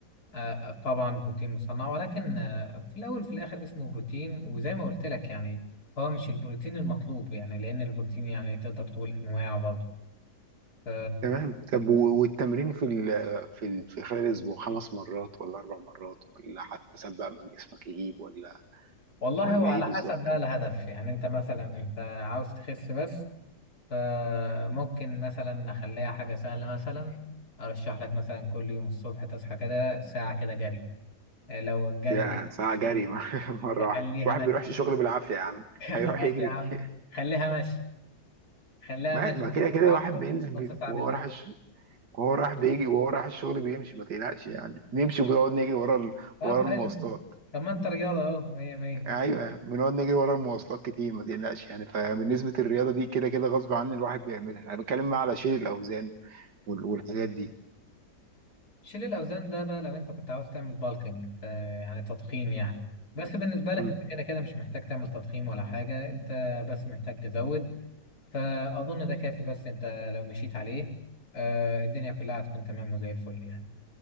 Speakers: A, on the left; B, on the right.
A: آه، طبعا بروتين مصنع ولكن آه، في الاول وفي الاخر اسمه بروتين وزي ما قلت لك يعني هو مش البروتين المطلوب يعني لان البروتين يعني تقدر تقول انواع برضه ف-
B: تمام طب و- والتمرين في ال في ال في خلال الاسبوع خمس مرات ولا اربع مرات ولا حسب بقى ما جسمك يجيب ولا
A: والله
B: ولا
A: هو على
B: ايه بالظبط
A: حسب بقى الهدف يعني انت مثلا انت عاوز تخس بس فممكن مثلا نخليها حاجه سهله مثلا ارشح لك مثلا كل يوم الصبح تصحى كده ساعه كده جري آه، لو الجري
B: يا ساعة جري <laughs> مرة واحدة
A: خليها
B: الواحد
A: ماشي
B: بيروحش الشغل بالعافية يا عم
A: <laughs>
B: هيروح
A: خلاص
B: يجري
A: يا عم
B: <laughs>
A: خليها ماشي خليها
B: ما
A: ماشي
B: ما
A: نص
B: كده كده
A: ساعه
B: الواحد
A: الصبح
B: بينزل
A: نص
B: بي-
A: ساعه
B: وهو
A: بالليل
B: رايح وهو راح بيجي وهو راح الشغل بيمشي ما تقلقش يعني نمشي وبنقعد نجري ورا ال...
A: طب
B: ورا
A: حلو
B: المواصلات
A: طب ما انت رياضة اهو مية مية
B: ايوه بنقعد نجري ورا المواصلات كتير ما تقلقش يعني فبالنسبه للرياضه دي كده كده غصب عني الواحد بيعملها انا بتكلم بقى على شيل الاوزان وال... والحاجات دي
A: شيل الأوزان ده بقى لو انت كنت عاوز تعمل بالكينج يعني تضخيم يعني بس بالنسبة لك
B: مم.
A: انت كده كده مش محتاج تعمل تضخيم ولا حاجة انت بس محتاج تزود فأظن ده كافي بس انت لو مشيت عليه آه الدنيا كلها هتكون تمام وزي الفل يعني